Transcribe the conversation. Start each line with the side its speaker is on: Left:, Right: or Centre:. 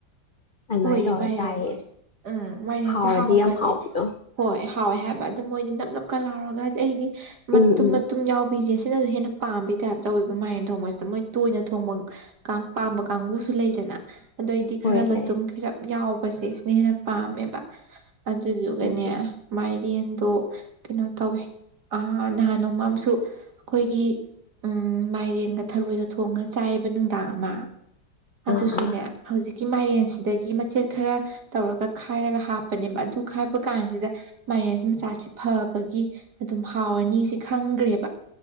Left: ꯑꯗꯨꯃꯥꯏꯅ
Right: ꯍꯣꯏꯌꯦ
Left: ꯇꯧꯔ
Right: ꯃꯥꯏꯔꯦꯟꯁꯦ
Left: ꯆꯥꯏꯌꯦ
Right: ꯎꯝ ꯃꯥꯏꯔꯦꯟꯁꯦ
Left: ꯍꯥꯎꯔꯗꯤ
Right: ꯍꯥꯎꯈ꯭ꯔꯗꯤ
Left: ꯌꯥꯝ ꯍꯥꯎꯕꯤꯗꯣ
Right: ꯍꯣꯏ ꯍꯥꯎꯋꯦ ꯍꯥꯏꯕ ꯑꯗꯨ ꯃꯣꯏꯗꯤ ꯅꯞ ꯅꯞꯀ ꯂꯥꯎꯔꯒꯗꯤ ꯑꯩꯗꯤ ꯃꯇꯨꯝ
Left: ꯎꯝ ꯎꯝ
Right: ꯃꯇꯨꯝ ꯌꯥꯎ ꯍꯨꯏꯁꯦ ꯁꯤꯅꯁꯨ ꯍꯦꯟꯅ ꯄꯥꯝꯕꯩ ꯇꯥꯏꯞ ꯇꯧꯋꯤꯕ ꯃꯥꯏꯔꯟ ꯊꯣꯡꯕꯁꯤꯗ ꯃꯣꯏ ꯇꯣꯏꯅ ꯊꯣꯡꯕ ꯄꯥꯝꯕ ꯀꯥꯡꯕꯨꯁꯨ ꯂꯩꯗꯅ ꯑꯗꯨꯗꯏꯗꯤ ꯈꯔ
Left: ꯍꯣꯏ
Right: ꯃꯇ
Left: ꯂꯩ
Right: ꯈꯈꯤꯔꯞ ꯌꯥꯎꯕꯁꯦ ꯁꯤꯅ ꯍꯦꯟꯅ ꯄꯥꯝꯃꯦꯕ ꯑꯗꯨꯗꯨꯒꯅꯦ
Left: ꯎꯝ
Right: ꯃꯥꯏꯔꯦꯟꯗꯣ ꯀꯩꯅꯣ ꯇꯧꯋꯦ ꯅꯍꯥꯟ ꯅꯣꯡꯃꯝꯨ ꯑꯩꯈꯣꯏꯒꯤ ꯎꯝ ꯃꯥꯏꯔꯦꯟꯒ ꯊꯔꯣꯏꯒ ꯊꯣꯡꯉ ꯆꯥꯏꯕ ꯅꯨꯡꯗꯥꯡ ꯑꯃ ꯑꯗꯨꯁꯨꯅꯦ
Left: ꯑꯥ ꯑꯥ
Right: ꯍꯧꯖꯤꯛꯀꯤ ꯃꯥꯏꯔꯦꯟꯁꯦ ꯁꯤꯗꯒꯤ ꯃꯆꯦꯠ ꯈꯔ ꯇꯧꯔꯒ ꯈꯥꯏꯔꯒ ꯍꯥꯞꯄꯅꯦꯕ ꯑꯗꯨ ꯈꯥꯏꯕ ꯀꯥꯟꯁꯤꯗ ꯃꯥꯏꯔꯦꯟꯁꯤ ꯃꯆꯥꯁꯤꯦ ꯐꯕꯒꯤ ꯑꯗꯨꯝ ꯍꯥꯎꯔꯅꯤ ꯁꯤ ꯈꯪꯈ꯭ꯔꯦꯕ